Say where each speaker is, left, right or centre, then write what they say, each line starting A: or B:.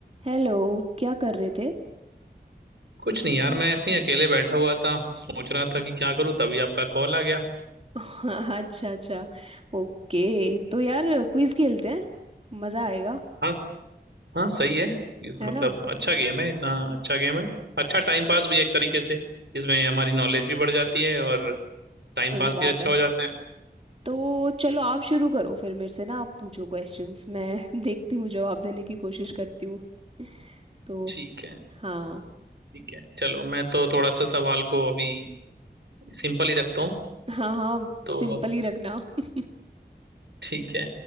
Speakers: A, on the right; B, on the right.
A: Hello क्या कर रहे थे
B: कुछ नहीं यार मैं ऐसे ही अकेले बैठा हुआ था सोच रहा था कि क्या करूं तभी आपका कॉल आ गया
A: <laughs> अच्छा अच्छा ओके तो यार क्विज खेलते हैं मज़ा आएगा
B: हाँ हाँ सही है इस
A: है
B: मतलब
A: ना
B: अच्छा गेम है इतना अच्छा गेम है अच्छा टाइम पास भी है एक तरीके से इसमें हमारी नॉलेज भी बढ़ जाती है और टाइम
A: सही
B: पास
A: बात
B: भी अच्छा
A: है
B: हो जाता है
A: तो चलो आप शुरू करो फिर मेरे से ना आप पूछो क्वेश्चंस मैं <laughs> देखती हूँ जवाब देने की कोशिश करती हूँ तो
B: ठीक है
A: हाँ
B: ठीक है चलो मैं तो थोड़ा सा सवाल को अभी सिंपल ही रखता हूँ
A: हाँ हाँ
B: तो
A: सिंपल ही रखना <laughs>
B: ठीक है